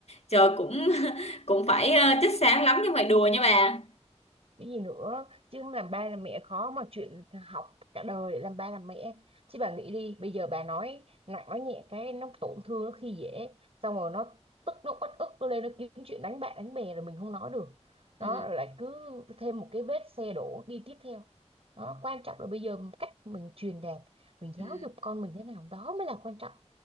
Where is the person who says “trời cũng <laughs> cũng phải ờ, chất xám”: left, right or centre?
Left